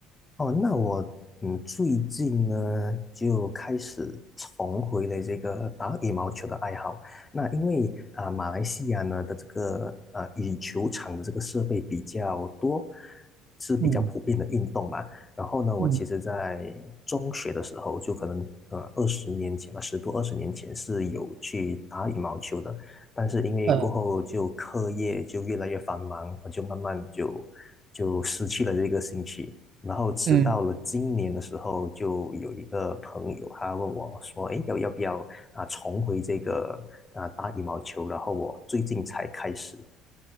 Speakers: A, on the left; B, on the right.
A: 哦，那我嗯，最近呢就开始重回了这个打羽毛球的爱好。那因为啊、马来西亚呢的这个呃羽球场的这个设备比较多，是比较普遍的运动嘛。
B: 嗯
A: 然后呢，我其实在中学的时候，
B: 嗯，
A: 就可能呃二十年前吧，十多二十年前是有去打羽毛球的，但是因为过后就课业就越来越繁忙，
B: 呃，
A: 我就慢慢就就失去了这个兴趣。然后直到了今年的时候，
B: 嗯。
A: 就有一个朋友他问我说：“哎，要要不要啊重回这个啊打羽毛球？”然后我最近才开始。